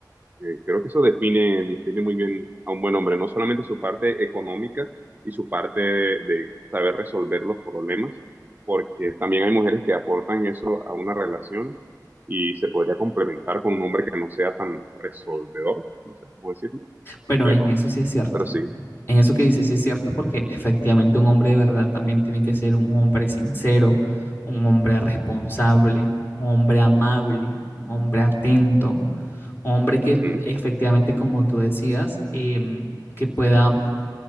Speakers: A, on the right (about 25°); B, on the left (about 30°).
A: Eh, creo que eso define, define muy bien a un buen hombre, no solamente su parte económica y su parte de, de saber resolver los problemas, porque también hay mujeres que aportan eso a una relación y se podría complementar con un hombre que no sea tan resolvedor, no sé cómo decirlo,
B: pero
A: pero,
B: en eso sí es cierto.
A: pero sí.
B: En eso que dices sí es cierto, porque efectivamente un hombre de verdad también tiene que ser un hombre sincero, un hombre responsable, un hombre amable, un hombre atento, un hombre que
A: Ujú.
B: efectivamente, como tú decías, em, que pueda